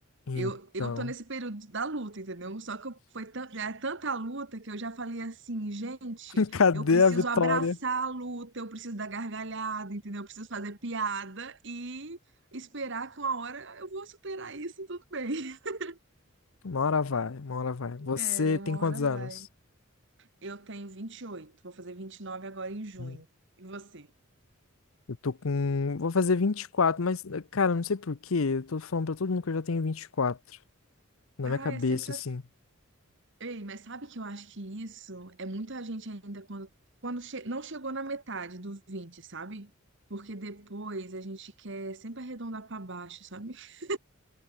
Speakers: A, on the left (about 75°); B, on the right (about 60°).
A: Então.
B: Eu, eu tô nesse período da luta, entendeu? Só que eu- foi tan- é tanta luta que eu já falei assim, gente,
A: <laughs> Cadê
B: eu preciso
A: a vitória?
B: abraçar a luta, eu preciso dar gargalhada, entendeu? Eu preciso fazer piada e esperar que uma hora eu vou superar isso e tudo bem. <laughs>
A: Uma hora vai, uma hora vai. Você
B: É, uma
A: tem quantos
B: hora
A: anos?
B: vai. Eu tenho vinte e oito vou fazer 29 agora em junho.
A: Hum.
B: E você?
A: Eu tô com. Vou fazer 24, mas, cara, não sei por quê. Eu tô falando pra todo mundo que eu já tenho 24 Na
B: Ah,
A: minha cabeça,
B: é sempre
A: assim.
B: Ei, mas sabe que eu acho que isso é muita gente ainda quando, quando che- não chegou na metade dos vinte sabe? Porque depois a gente quer sempre arredondar pra baixo, sabe? <laughs>